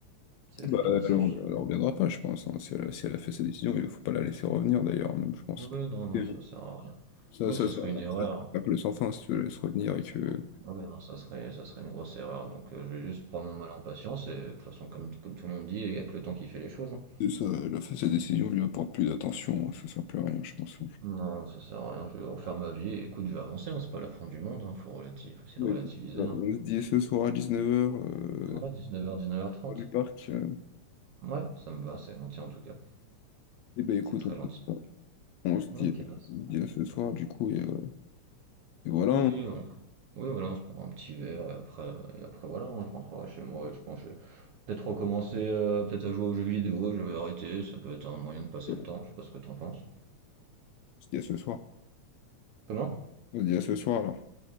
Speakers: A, on the right (about 65°); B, on the left (about 80°).
A: C'est
B: Bah,
A: fini, c'est
B: elle, en-
A: fini.
B: elle en reviendra pas, je pense. hein. Si elle, a si elle a fait sa décision, il faut pas la laisser revenir, d'ailleurs, même, je pense.
A: Oui, non, non,
B: C'est
A: ça
B: bon.
A: sert à rien.
B: Ça,
A: Oui,
B: ça,
A: ce
B: ça,
A: serait une erreur.
B: ça, ça que le sans fin, si tu la laisses revenir et que...
A: Oui, non, ça serait, ça serait une grosse erreur. Donc euh, je vais juste prendre mon mal en patience, et de toute façon, comme, comme tout le monde dit, il y a que le temps qui fait les choses. hein.
B: C'est ça, elle a fait sa décision, lui apporte plus d'attention, hein, ça sert plus à rien, je pense.
A: Non, ça sert à rien, je vais refaire ma vie et écoute, je vais avancer, hein, c'est pas la fin du monde, hein, faut relative, faut essayer
B: Bah,
A: de relativiser.
B: écoute, alors,
A: hein.
B: on se dit ce soir à 19h,
A: Ouais, 19h, 19h30.
B: du parc. euh,
A: Ouais, ça me va, c'est gentil en tout cas.
B: eh ben écoute,
A: C'est très
B: on
A: gentil.
B: fait ça. On se dit,
A: Ok.
B: euh,
A: bah, c'est-
B: on se dit à ce soir, du coup, et, euh, et voilà,
A: Oui,
B: on,
A: on- oui, voilà, on se prendra un petit verre et après, et après voilà, on je rentrerai chez moi et je pense que je vais peut-être recommencer, euh, peut-être à jouer aux jeux vidéo, je vais arrêter, ça peut être un moyen de passer
B: on
A: le temps, je sais pas ce que t'en penses.
B: se dit à ce soir.
A: Comment?
B: On se dit à ce soir, alors.